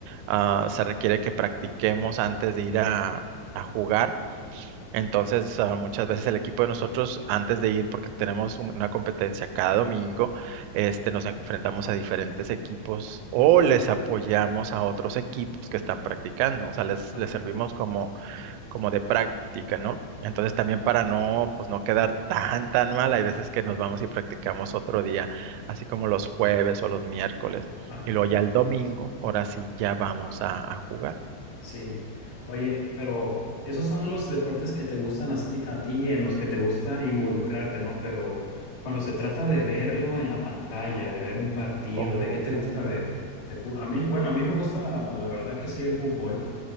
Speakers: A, on the right (about 85°); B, on the left (about 60°).
A: ah, se requiere que practiquemos antes de ir a, a jugar. Entonces, ah, muchas veces el equipo de nosotros, antes de ir, porque tenemos un- una competencia cada domingo, este, nos enfrentamos a diferentes equipos o les apoyamos a otros equipos que están practicando, o sea, les,
B: ajá,
A: les servimos como, como de práctica, ¿no? Entonces, también para no, pues, no quedar tan, tan mal, hay veces que nos vamos y practicamos otro día, así como los jueves o los miércoles,
B: ajá.
A: y luego ya el domingo, ahora sí ya vamos a a jugar.
B: Sí, oye, pero esos son los deportes que te gustan a ti, a ti, en los que te gusta involucrarte, ¿no? Pero cuando se trata de verlo en la pantalla, de ver un partido,
A: Oh,
B: ¿de qué te gusta ver? De fu- a mí, bueno, a mí me gusta, la verdad que sí, el fútbol,